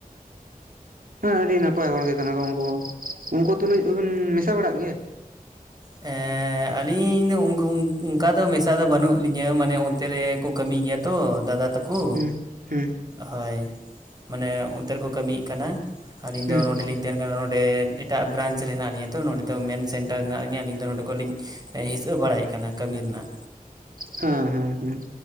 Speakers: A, on the right; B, on the right.
A: ᱦᱮᱸ ᱟᱹᱰᱤ ᱱᱟᱯᱟᱭ ᱦᱚᱲ ᱜᱮ ᱠᱟᱱᱟ ᱠᱚ ᱩᱱᱠᱩ ᱩᱱᱠᱩ ᱛᱩᱞᱩᱡ ᱦᱚᱸᱵᱤᱱ ᱢᱮᱥᱟ ᱵᱟᱲᱟᱜ ᱜᱮᱭᱟ
B: ᱮᱻ ᱟᱹᱞᱤᱧ ᱫᱚ ᱩᱸ ᱚᱱᱠᱟ ᱫᱚ ᱢᱮᱥᱟ ᱫᱚ ᱵᱟᱹᱱᱩᱜ ᱞᱤᱧᱟᱹ ᱢᱟᱱᱮ ᱚᱱ ᱼᱼ ᱛᱮ ᱨᱮᱠᱚ ᱠᱟᱹᱢᱤᱭ ᱜᱮᱭᱟ ᱛᱚ ᱫᱟᱫᱟ ᱛᱟᱠᱚ
A: ᱦᱩᱸ ᱦᱩᱸ
B: ᱦᱳᱭ ᱢᱟᱱᱮ ᱚᱱᱛᱮ ᱨᱮᱠᱚ ᱠᱟᱹᱢᱤᱭᱮᱫ ᱠᱟᱱᱟ ᱟᱹᱞᱤᱧ
A: ᱦᱩᱸ
B: ᱫᱚ ᱱᱚᱸᱰᱮ ᱞᱤᱧ ᱛᱮᱦᱮᱧ ᱫᱚ ᱱᱚᱸᱰᱮ ᱮᱴᱟᱜ ᱵᱨᱟᱧᱪ ᱨᱮ ᱦᱮᱱᱟᱜ ᱞᱤᱧᱟᱹ ᱛᱚ ᱱᱚᱰᱮ ᱫᱚ ᱢᱮᱱ ᱥᱮᱴᱟᱨ ᱦᱮᱱᱟᱜᱼ ᱟᱹᱞᱤᱧ ᱫᱚ ᱱᱚᱸᱰᱮ ᱠᱷᱚᱱᱞᱤᱧ ᱦᱤᱥᱟᱹ ᱵᱟᱲᱟᱭᱮᱫ ᱠᱟᱱᱟ ᱠᱟᱹᱢᱤ ᱨᱮᱱᱟᱜ
A: ᱦᱮᱸ ᱦᱮᱸ ᱦᱮᱸ